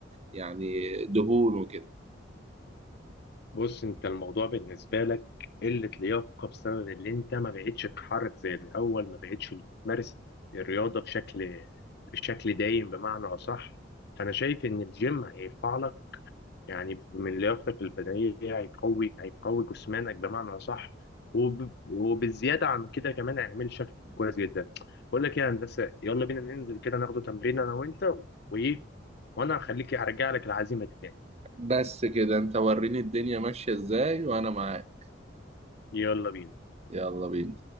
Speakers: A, on the right (about 35°); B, on the left (about 60°).
A: يعني دهون وكده
B: بص انت الموضوع بالنسبة لك قلة لياقة بسبب اللي انت ما بقتش تتحرك زي الاول ما بقتش تمارس الرياضة بشكل بشكل دايم بمعنى اصح فانا شايف ان الجيم هيرفع لك يعني من لياقتك البدنية هيقوي هيقوي جسمانك بمعنى صح وب... وبالزيادة عن كده كمان هيعمل شكل كويس جدا بقول لك إيه يا هندسة يلا بينا ننزل كده ناخده تمرين أنا وأنت وإيه وأنا هخليك أرجع لك العزيمة تاني
A: بس كده أنت وريني الدنيا ماشية إزاي وأنا معاك
B: يلا بينا
A: يلا بينا